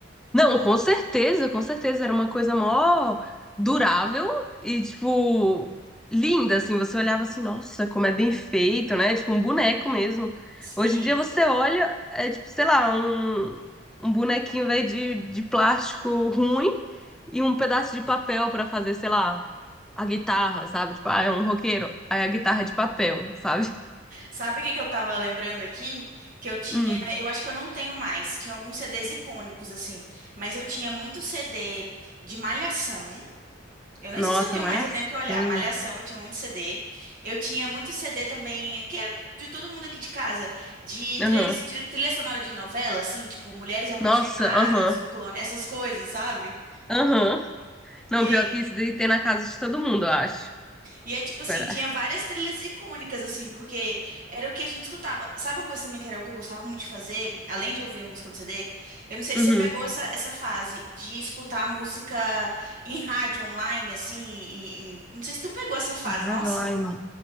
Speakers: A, in the centre; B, on the right (about 45°).
A: Não, com certeza, com certeza. Era uma coisa mó durável e, tipo, linda, assim. Você olhava assim, nossa, como é bem feito, né? Tipo, um boneco mesmo.
B: Sim.
A: Hoje em dia você olha, é tipo, sei lá, um, um bonequinho, velho, de, de plástico ruim e um pedaço de papel pra fazer, sei lá, a guitarra, sabe? Tipo, ah, é um roqueiro, aí a guitarra é de papel, sabe?
B: Sabe o que que eu tava lembrando aqui? Que eu tinha,
A: Hum.
B: eu acho que eu não tenho mais, tinha alguns CDs icônicos assim, mas eu tinha muito CD de Malhação. Eu nem
A: Nossa,
B: sei se eu tenho
A: malhação.
B: mais, eu tenho que olhar. Malhação, eu tinha muito CD. Eu tinha muito CD também, que era de todo mundo aqui de casa, de
A: Aham.
B: trilha, de- tri- trilha sonora de novela, assim, tipo Mulheres Apaixonadas,
A: Nossa, aham.
B: O Clone, essas coisas, sabe?
A: Aham. Não,
B: E aí,
A: pior que isso daí tem na casa de todo mundo, eu acho.
B: E é tipo assim,
A: Pera.
B: tinha várias trilhas icônicas, assim, porque era o que a gente escutava. Sabe uma coisa também que era o que eu gostava muito de fazer, além de ouvir a música no CD? Eu não sei
A: Uhum.
B: se você pegou essa, essa fase de escutar música em rádio online, assim, em- em- não sei se tu pegou essa fase,
A: Hardline.
B: nossa.